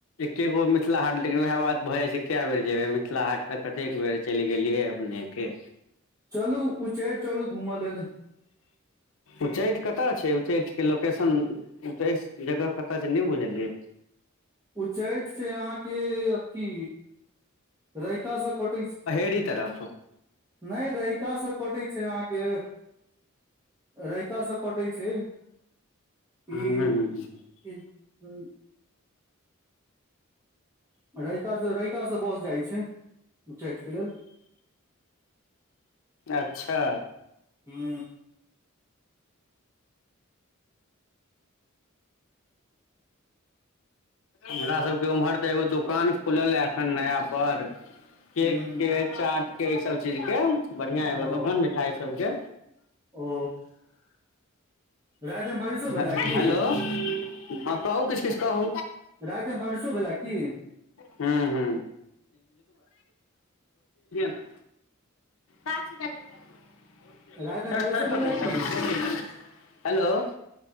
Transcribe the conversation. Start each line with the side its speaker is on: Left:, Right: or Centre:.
Left: एके गो मिथिला हाट लेकिन उएह बात भऽ जाइ छै कए बेर जेबे मिथिला हाट पर कतेक बेर गेलियै अपने के
Right: चलू उच्चैठ चलू घूमअ लेल
Left: उच्चैठ कतअ छै उच्चैठ के लोकेशन उच्चैठ जगह कत छै नय बुझलियै
Right: उच्चैठ छै अहाँके अथी रैहिका से कटै छै
Left: <unintelligible> तरह
Right: नय रहिका से कटए छै अहाँके रैहिका से कटै छै
Left: हूँ
Right: ई <unintelligible> रहिका सँ रहिका से बस जाइ छै। उच्चठ के लेल
Left: अच्छा
Right: मू
Left: हमरा सबके उम्हर तऽ एगो दुकान खुलल य एखन नया पर केक
Right: हूँ
Left: के चाट के ई सब चीज के बढ़िया एगो
Right: ओ
Left: दोकान मिठाई सब के
Right: ओ रातिमे बारिशो
Left: <unintelligible>
Right: भेला की
Left: हेलो हँ कहू किछ किछ कहू
Right: रात मे बरशो भेला की
Left: हु हु <unintelligible> <unintelligible>
Right: रातिमे बारिशो भेला की
Left: <unintelligible> हेलो